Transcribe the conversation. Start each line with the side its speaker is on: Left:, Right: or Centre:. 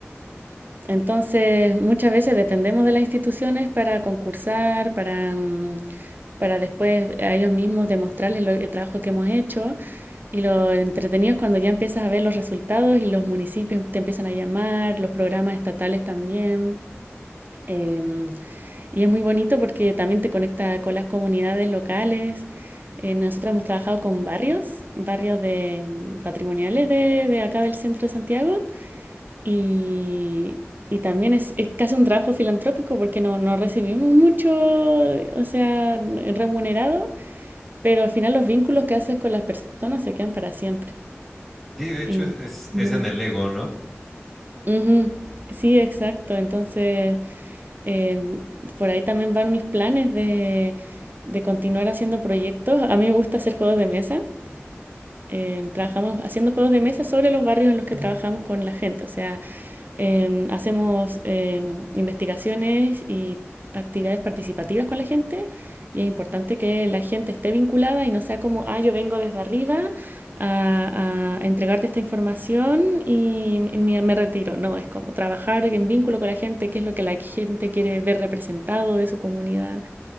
Right: Entonces, muchas veces dependemos de las instituciones para concursar, para, mm, para después a ellos mismos demostrarles lo- el trabajo que hemos hecho. Y lo entretenido es cuando ya empiezas a ver los resultados y los municipios te empiezan a llamar, los programas estatales también. Em, y es muy bonito porque también te conecta con las comunidades locales. Eh, nosotros hemos trabajado con barrios, barrios de, mm, patrimoniales de, de acá del centro de Santiago. Y, y también es, es casi un trabajo filantrópico porque no, no recibimos mucho, o sea, remunerado, pero al final los vínculos que haces con las personas se quedan para siempre.
Centre: Sí, de hecho
Right: Y,
Centre: es, es-
Right: Ujú.
Centre: es en el Lego, ¿no?
Right: Ujú, Sí, exacto. Entonces, eh, por ahí también van mis planes de, de continuar haciendo proyectos. A mí me gusta hacer juegos de mesa. Eh, trabajamos haciendo juegos de mesa sobre los barrios en los que trabajamos con la gente. O sea, Eh, hacemos eh, investigaciones y actividades participativas con la gente y es importante que la gente esté vinculada y no sea como, ah, yo vengo desde arriba a, a entregarte esta información y, y me, retiro. No, es como trabajar en vínculo con la gente, qué es lo que la gente quiere ver representado de su comunidad.